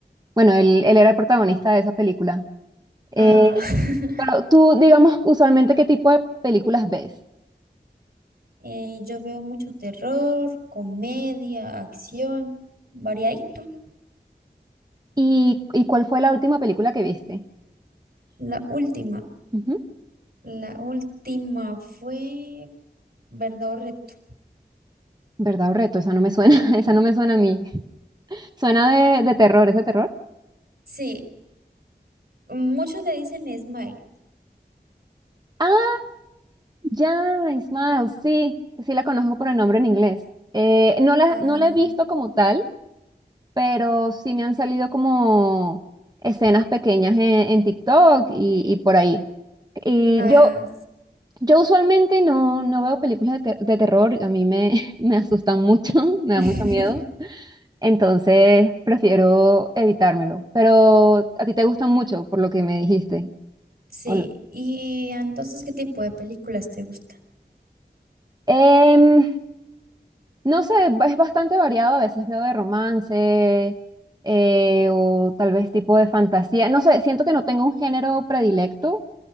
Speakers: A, on the right; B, on the right.
A: Bueno, él, él era el protagonista de esa película. Eh,
B: Ah, <laughs>
A: pero tú, digamos, usualmente, ¿qué tipo de películas ves?
B: eh, yo veo mucho terror, comedia, acción, variadito.
A: ¿Y, y cuál fue la última película que viste?
B: La última,
A: Ujú.
B: la última fue ¿Verdad o Reto?
A: ¿Verdad o reto? Esa no me suena, <laughs> esa no me suena a mí. Suena de, de terror, ¿es de terror?
B: Sí, muchos le dicen Smile.
A: Ah, ya, Ismael, sí, sí la conozco por el nombre en inglés. Eh, no la,
B: Ah,
A: no la he visto como tal, pero sí me han salido como escenas pequeñas en, en TikTok y, y por ahí. Y
B: ah,
A: yo, Yo usualmente no, no veo películas de, ter- de terror, a mí me, <laughs> me asustan mucho, <laughs> me da
B: sí.
A: mucho miedo,
B: <laughs>
A: entonces prefiero evitármelo. Pero a ti te gustan mucho, por lo que me dijiste.
B: Sí,
A: ¿o no?
B: y entonces, ¿qué tipo de películas te gusta?
A: Em, no sé, ba- es bastante variado, a veces veo de romance eh, o tal vez tipo de fantasía, no sé, siento que no tengo un género predilecto,